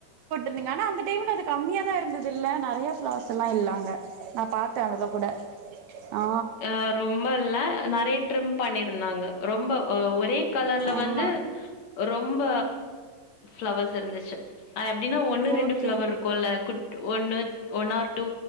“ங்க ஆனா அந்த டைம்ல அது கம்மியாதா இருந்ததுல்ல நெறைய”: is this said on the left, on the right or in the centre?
Right